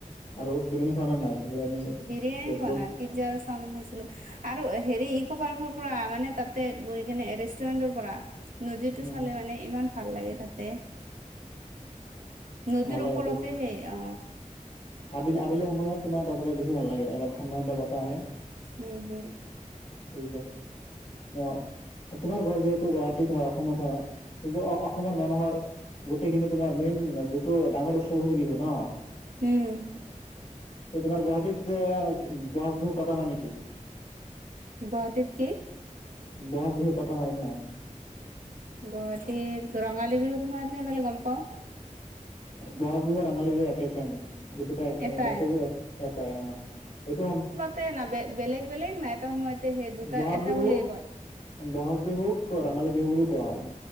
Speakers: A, on the left; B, on the right.
A: আৰু বিৰিয়ানী খোৱা নে নাই বিৰিয়ানী?
B: বিৰিয়ানী
A: ৰেড
B: খোৱা
A: বুল
B: নাই পিজ্জা আৰু চাওমিন খাইছিলোঁ। আৰু হেৰী ইকো পাৰ্কৰ পৰা মানে তাতে বহি কেনে এ ৰেষ্টুৰেন্টৰ পৰা নদীটো
A: উম
B: চালে মানে ইমান ভাল লাগে তাতে। নদীৰ
A: ভাল লাগে
B: ওপৰতে
A: বহুত
B: সেই আ।
A: আবেলি, আবেলি সময়ত তোমাৰ তাতে যাই বেছি ভাল লাগে অলপ ঠাণ্ডা, ঠাণ্ডা বতাহ আহে।
B: উম, হুম।
A: <unintelligible> অ' অ'তোমাৰ ঘৰ যিহেতু গুৱাহাটীত হয় অসমত হয় <unintelligible> অসমৰ মানুহৰ গোটেইখিনি তোমাৰ মেইন যিটো ডাঙৰ উৎছৱ হৈছে বিহু ন'?
B: উম,
A: তে তোমাৰ গুৱাহাটীতে <unintelligible> ব'হাগ বিহু পাতা হয় নেকি?
B: গুৱাহাটীত কি?
A: ব'হাগ বিহু পাতা হয় নে নাই?
B: গুৱাহাটীত ৰঙালী বিহুৰ সময়তহে খালি গম পাওঁ।
A: বহাগ বিহু ৰঙালী বিহু একে চেম দুটা
B: এটাই
A: এ একে এটাই অহ এইটো আম
B: তে নবে বেলেগ বেলেগ নাই এটা সময়তে সেই দুটা
A: বহাগ
B: এটা
A: বিহুক
B: বুলিয়ে কয়
A: বহাগ বিহুওক ক ৰঙালী বিহু বুলিও কোৱা হয়